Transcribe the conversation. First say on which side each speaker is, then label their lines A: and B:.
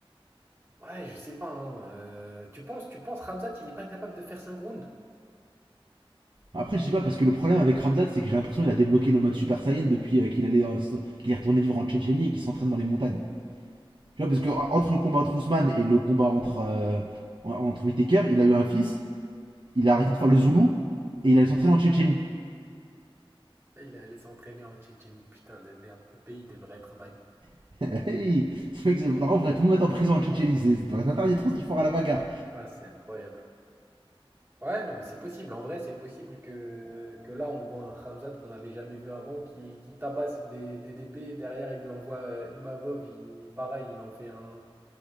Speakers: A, on the right (about 25°); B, on the right (about 55°).
A: Ouais, je sais pas. hein, euh, tu penses, tu penses, Ramzat, il est pas capable de faire 5 rounds?
B: Après, je sais pas, parce que le problème avec Ramzat, c'est que j'ai l'impression qu'il a débloqué le mode Super Saiyan depuis euh, qu'il allait, euh, s- qu'il est retourné vivre en Tchétchénie et qu'il s'entraîne dans les montagnes. Tu vois, parce que euh, entre le combat entre Ousmane et le combat entre, euh, en- entre Whittaker, il a eu un fils, il a arrêté de faire le Zoulou et il allait s'entraîner en Tchétchénie.
A: Il est allé s'entraîner en Tchétchénie, putain de merde. Ce pays devrait être banni.
B: <laughs> Hey, ce mec, c'est- en vrai, on devrait tout le mettre en prison en Tchétchénie, c'est ça devrait être interdit trop si fort à la bagarre.
A: Ah, c'est incroyable. Ouais, non, mais c'est possible. En vrai, c'est possible que, que là, on voit un Khamzat qu'on n'avait jamais vu avant qui, qui tabasse des, des DP. Derrière, il lui envoie euh, Imavov. Il, pareil, il en fait un